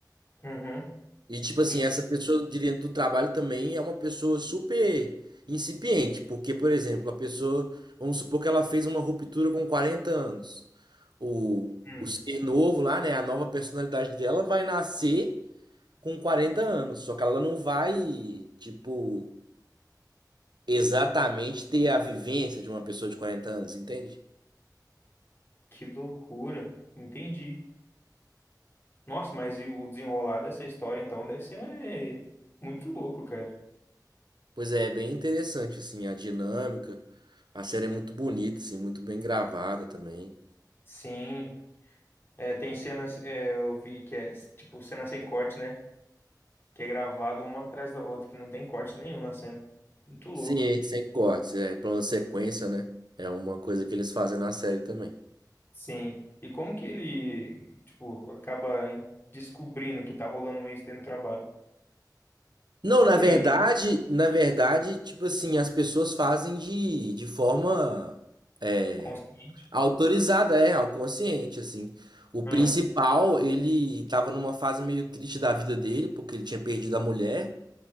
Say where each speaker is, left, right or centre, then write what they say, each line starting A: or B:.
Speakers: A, on the left; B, on the right.
A: uhum,
B: E tipo assim,
A: en-
B: essa pessoa de dentro do trabalho também é uma pessoa super incipiente, porque, por exemplo, a pessoa, vamos supor que ela fez uma ruptura com 40 anos. O,
A: hum,
B: o ser novo lá, né, a nova personalidade dela vai nascer com 40 anos, só que ela não vai, tipo, exatamente ter a vivência de uma pessoa de 40 anos, entende?
A: que loucura. Entendi. Nossa, mas e o desenrolar dessa história, então, deve ser muito louco, cara.
B: Pois é, é bem interessante, assim, a dinâmica. A série é muito bonita, assim, muito bem gravada também.
A: Sim. É, tem cenas, é, eu vi que é, tipo, cena sem corte, né? que é gravado uma atrás da outra, que não tem corte nenhum na cena. Muito louco.
B: Sim, sem cortes, é plano sequência, né? É uma coisa que eles fazem na série também.
A: Sim. E como que ele, tipo, acaba em- descobrindo que tá rolando isso dentro do trabalho?
B: Não, na
A: Com
B: verdade,
A: ele,
B: na verdade, tipo assim, as pessoas fazem de, de forma é,
A: consciente.
B: autorizada, é, ao consciente, assim. O principal,
A: Ah,
B: ele tava numa fase meio triste da vida dele, porque ele tinha perdido a mulher,